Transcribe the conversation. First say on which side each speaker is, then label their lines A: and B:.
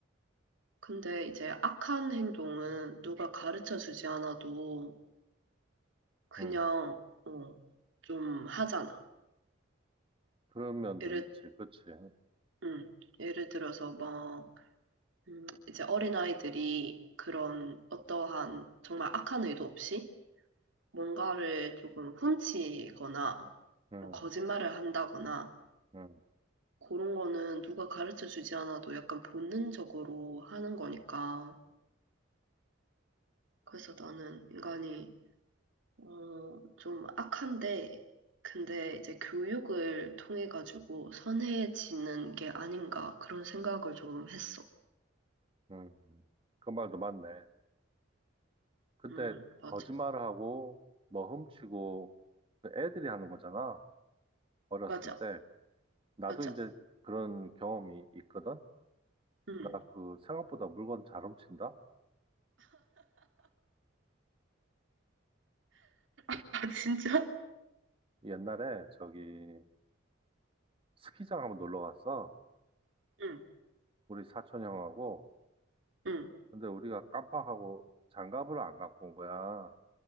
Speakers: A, on the right; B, on the right.
A: 근데 이제 악한 행동은 누가 가르쳐 주지 않아도 그냥
B: 음,
A: 어, 좀 하잖아
B: 그런 면도
A: 예를
B: 있지. 그렇지.
A: 음, 예를 들어서 막 음, 이제 어린아이들이 그런 어떠한 정말 악한 의도 없이 뭔가를 조금 훔치거나
B: 음,
A: 뭐 거짓말을 한다거나
B: 음,
A: 그런 거는 누가 가르쳐 주지 않아도 약간 본능적으로 하는 거니까. 그래서 나는 인간이 어, 좀 악한데 근데 이제 교육을 통해 가지고 선해지는 게 아닌가 그런 생각을 조금 했어.
B: 음. 음. 그 말도 맞네. 근데
A: 음, 맞아.
B: 거짓말을 하고 뭐 훔치고 애들이 하는 거잖아. 어렸을
A: 맞아.
B: 때. 나도
A: 맞아.
B: 이제 그런 경험이 있거든.
A: 음.
B: 나 그 생각보다 물건 잘 훔친다.
A: <laughs> 아, 진짜?
B: 옛날에 저기 스키장 한번 놀러 갔어.
A: 응,
B: 우리 사촌 형하고.
A: 응,
B: 근데 우리가 깜빡하고 장갑을 안 갖고 온 거야.